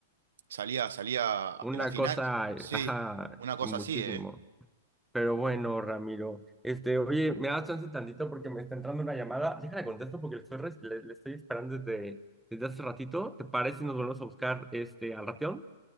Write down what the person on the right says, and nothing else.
salía, salía
la final.
Sí,
una cosa
así, ¿eh?